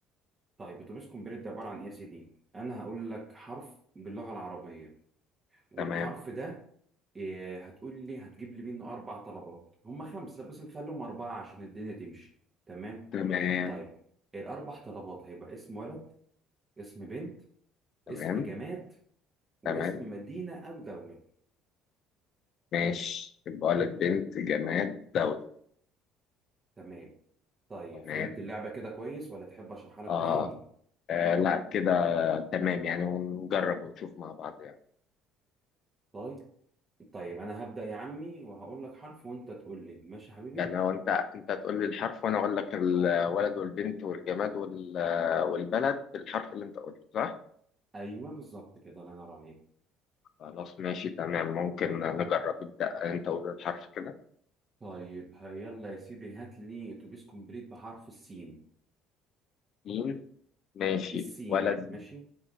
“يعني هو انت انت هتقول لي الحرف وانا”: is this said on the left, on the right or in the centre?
Left